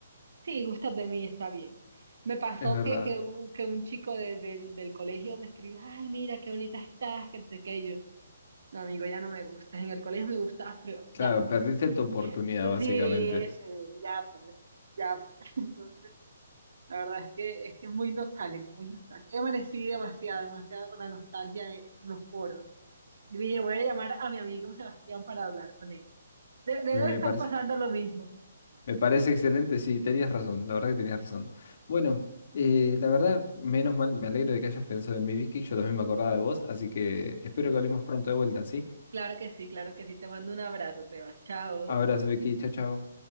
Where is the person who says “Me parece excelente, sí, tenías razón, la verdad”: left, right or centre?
Left